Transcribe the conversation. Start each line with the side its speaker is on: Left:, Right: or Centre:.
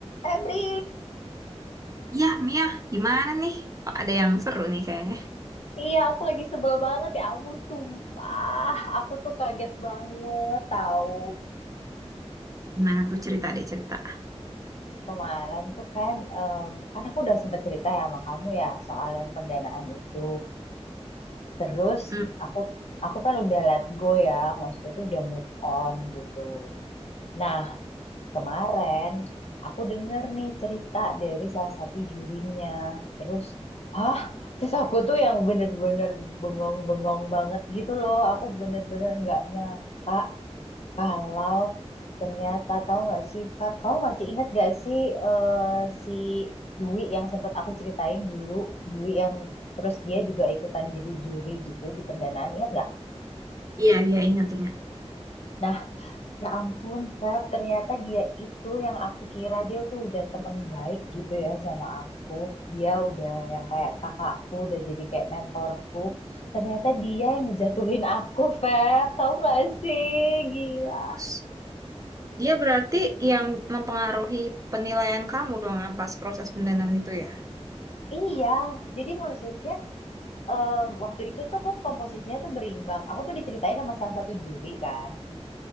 Left: Febri,
Right: Iya, Mia, gimana nih? Kok ada yang seru nih kayaknya.
Left: iya aku lagi sebel banget ya ampun sumpah. Aku tuh kaget banget tahu
Right: Gimana tuh cerita deh cerita.
Left: kemarin tuh kan em, kan aku udah sempet cerita ya sama kamu ya soal yang pendanaan itu. Terus
Right: Hmm,
Left: aku aku kan udah let go ya, maksudnya tuh udah move on gitu. Nah, Kemarin aku denger nih cerita dari salah satu jurinya. Terus, hah? Terus aku tuh yang bener-bener bengong-bengong banget gitu loh. Aku bener-bener nggak nyangka kalau ternyata tahu nggak sih, Kak, kamu masih ingat nggak sih eh, si Dwi yang sempat aku ceritain dulu, Dwi yang terus dia juga ikutan jadi juri gitu di pendanaan, ingat nggak?
Right: iya, iya, ingat, ingat.
Left: Nah, Ya ampun, Feb, ternyata dia itu yang aku kira dia tuh udah temen baik gitu ya sama aku. Dia udah yang kayak kakakku, udah jadi kayak mentorku. Ternyata dia yang ngejatuhin aku, Feb. Tahu gak sih? Gila.
Right: Terus, dia berarti yang mempengaruhi penilaian kamu dong yang pas proses pendanaan itu ya?
Left: Iya, jadi maksudnya em, waktu itu tuh kan komposisinya tuh berimbang. Aku tuh diceritain sama salah satu juri kan.